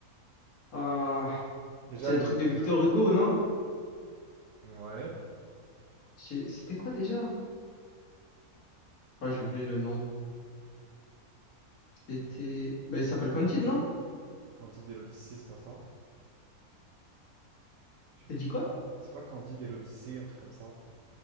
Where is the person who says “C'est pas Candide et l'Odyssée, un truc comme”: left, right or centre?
Right